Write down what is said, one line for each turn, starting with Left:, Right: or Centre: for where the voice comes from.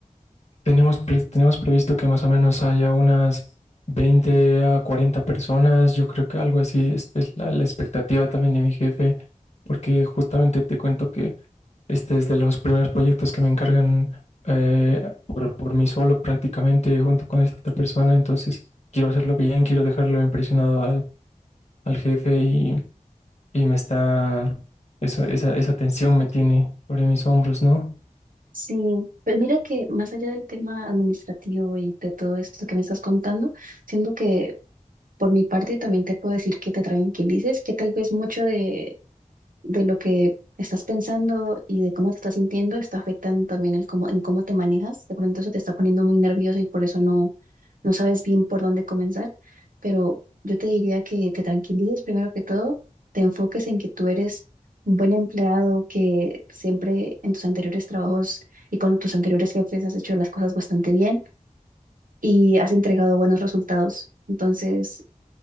Left: Tenemos, pre- tenemos previsto que más o menos haya unas 20 a 40 personas. Yo creo que algo así es, es la, la expectativa también de mi jefe, porque justamente te cuento que este es de los primeros proyectos que me encargan eh, por, por mí solo prácticamente junto con esta otra persona. Entonces quiero hacerlo bien, quiero dejarlo impresionado al, al jefe y, y me está, esa, esa, esa tensión me tiene sobre mis hombros, ¿no?
Right: Sí, pues mira que más allá del tema administrativo y de todo esto que me estás contando, siento que por mi parte también te puedo decir que te tranquilices, que tal vez mucho de de lo que estás pensando y de cómo te estás sintiendo está afectando también el cómo, en cómo te manejas. De pronto eso te está poniendo muy nervioso y por eso no, no sabes bien por dónde comenzar. Pero yo te diría que te tranquilices primero que todo, te enfoques en que tú eres un buen empleado, que siempre en tus anteriores trabajos y con tus anteriores jefes has hecho las cosas bastante bien y has entregado buenos resultados. Entonces,